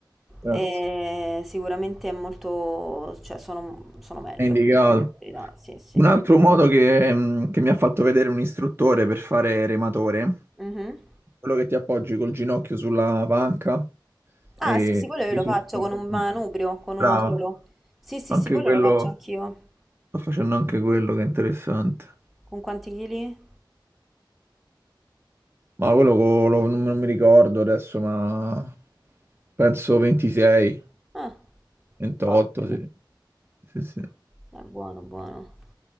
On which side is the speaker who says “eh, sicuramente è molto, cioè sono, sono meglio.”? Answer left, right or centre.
Centre